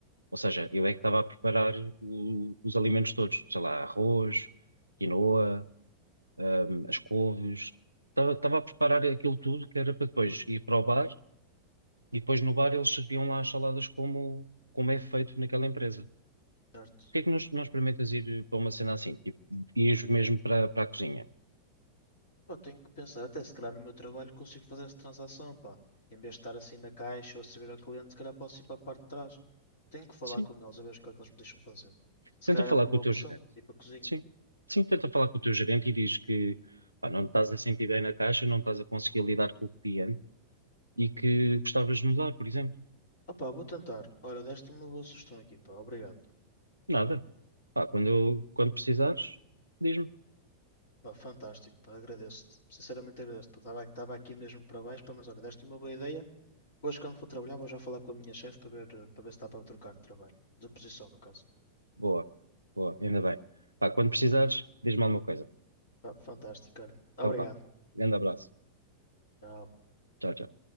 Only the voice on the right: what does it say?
Ou seja, eu é que estava a preparar o- os alimentos todos. Sei lá, arroz, quinoa, hum, as couves. Estava estava a preparar aquilo tudo que era para depois ir para o bar E depois no bar eles serviam lá as saladas como, como é feito naquela empresa.
Porquê é que nós, nós experimentas ir para uma cena assim? Tipo, ires mesmo para, para a cozinha?
Sim.
Tenta
falar
com o teu
gerente.
Sim. Sim, tenta falar com o teu gerente e diz que pá, não te estás a sentir bem na caixa, não estás a conseguir lidar com o cliente e que gostavas de mudar, por exemplo.
Nada. Pá, quando, eu- quando precisares, diz-me.
Boa. Boa, ainda bem. Pá, quando precisares, diz-me alguma coisa.
Então
vá. Grande abraço.
Tchau, tchau.